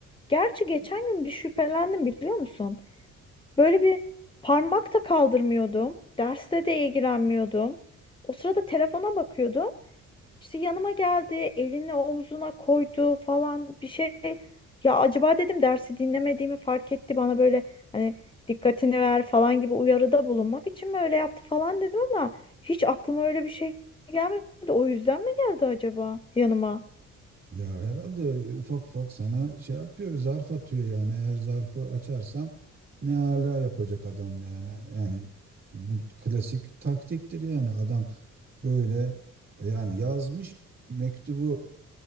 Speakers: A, on the left; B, on the right.
A: Gerçi geçen gün bir şüphelendim biliyor musun? Böyle bir parmak da kaldırmıyordum. Derste de ilgilenmiyordum. O sırada telefona bakıyordum. İşte yanıma geldi, elini omzuna koydu falan bir şey. Ya acaba dedim dersi dinlemediğimi fark etti bana böyle hani dikkatini ver falan gibi uyarıda bulunmak için mi öyle yaptı falan dedim ama hiç aklıma öyle bir şey gelmedi. O yüzden mi geldi acaba yanıma?
B: ya herhalde ufak ufak sana şey yapıyor, zarf atıyor yani. Eğer zarfı açarsan ne hala yapacak adam yani. Yani bu klasik taktiktir yani adam böyle yani yazmış mektubu